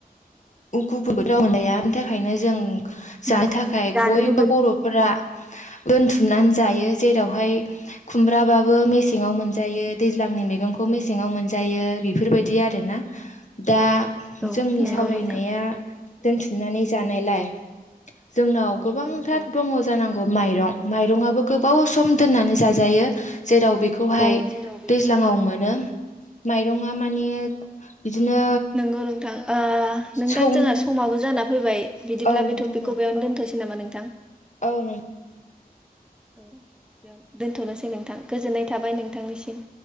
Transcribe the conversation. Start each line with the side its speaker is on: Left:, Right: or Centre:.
Left: गुबुनबो राव मोनजाया बेनि थाखायनो जों जानो
Centre: नंगौ
Left: थाखाय
Centre: जानो
Left: बयबो
Centre: लुबै
Left: बर'फोरा दोनथुमनानै जायो जेरावहाय खुमब्राबाबो मेसेङाव मोनजायो दैज्लांनि मैगंखौ मेसेङाव मोनजायो बेफोरबायदि आरोना दा
Centre: औ
Left: जोंनि
Centre: नंगौ
Left: सावरायनाया
Centre: नोंथां
Left: या दोनथुमनानै जानायलाय जोंनाव गोबांथार
Centre: औ
Left: दङ जानांगौ माइरं माइरंआबो गोबाव सम दोननानै जाजायो जेराव बे बेखौहाय
Centre: औ जेराव बेखौहाय
Left: दैज्लाङाव मोनो माइरङा माने बिदिनो
Centre: नंगौ नोंथां ओ नोंथां
Left: सौ
Centre: जोंहा समाबो जाना फैबाय बिदिब्ला
Left: औ नोंथां
Centre: बे टपिकखौ
Left: औ
Centre: बेयावनो दोनथ'सै नामा नोंथां
Left: औ नों
Centre: औ बेयाव दोनथ'नोसै नोंथां गोजोननाय थाबाय नोंथांनिसिम